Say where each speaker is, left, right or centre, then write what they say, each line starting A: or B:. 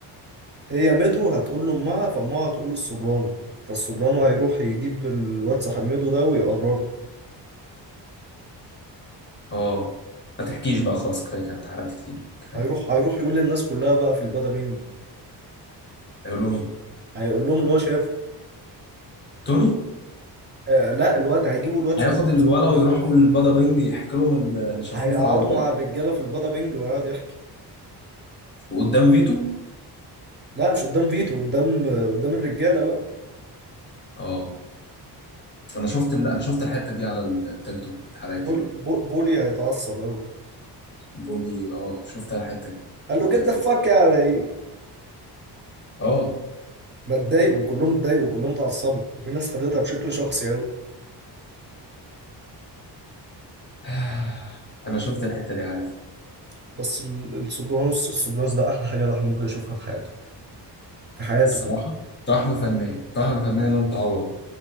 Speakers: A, on the right (about 25°); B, on the left (about 25°).
A: هي ميدو هتقول لامها فامها هتقول للسوبرانو فالسوبرانو هيروح يجيب الواد صاحب ميدو ده ويقرره
B: اه ما تحكيش بقى خلاص كفايه كانت حرقت كتير كفايه
A: هيروح هيروح يقول للناس كلها بقى في البادا بينج
B: هيقول لهم ايه
A: هيقول لهم اللي هو شافه
B: توني
A: آه لا الواد هيجيبوا الواد ذات
B: هياخد
A: نفسه
B: الولا ويروحوا البادا بينج يحكي لهم اللي شافوه
A: هيقعدوا
B: في العربيه
A: مع الرجاله في البادا بينج ويقعد يحكي
B: وقدام فيتو
A: لا مش قدام فيتو قدام قدام الرجاله بقى
B: اه انا شفت ال... انا شفت الحته دي على التيك توك اتحرقت
A: بولي
B: لي برضه
A: بو- بولي هيتعصب قوي
B: بيقول لي اه شفتها الحته دي
A: قال له
B: على التيك
A: جد
B: توك
A: ذا فاك يعني
B: اه
A: ما اتضايقوا كلهم اتضايقوا كلهم اتعصبوا وفي ناس خدتها بشكل شخصي قوي
B: <sighs> انا شفت الحته دي عارف
A: بس ال- السوبرانوس السوبرانوس ده احلى حاجه الواحد ممكن يشوفها في حياته في حياته
B: الصراحه
A: كله
B: تحفه فنيه تحفه فنيه لن تعوض